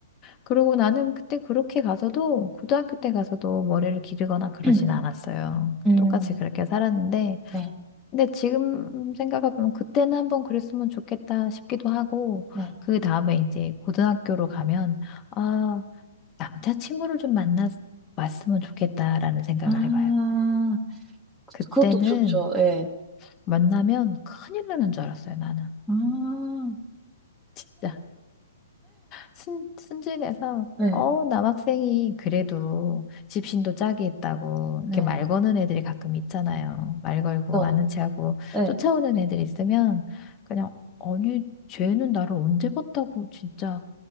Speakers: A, on the left; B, in the centre.
A: 그리고 나는 그때 그렇게 가서도 고등학교 때 가서도 머리를 기르거나 그러진
B: <clears throat>
A: 않았어요.
B: 음,
A: 똑같이 그렇게 살았는데
B: 네,
A: 근데 지금 생각해보면 그때는 한번 그랬으면 좋겠다 싶기도 하고
B: 네.
A: 그 다음에 이제 고등학교로 가면 아 남자친구를 좀 만나 왔으면 좋겠다라는 생각을
B: 아,
A: 해봐요.
B: 그-
A: 그때는
B: 그것도 좋죠. 예.
A: 만나면 큰일 나는 줄 알았어요, 나는.
B: 아,
A: 진짜. 순, 순진해서
B: 네.
A: 어 남학생이 그래도 집신도 짝이 있다고
B: 네.
A: 이렇게 말 거는 애들이 가끔 있잖아요. 말 걸고
B: 또,
A: 아는 체하고
B: 네.
A: 쫓아오는 애들 있으면 그냥 아니 쟤는 나를 언제 봤다고 진짜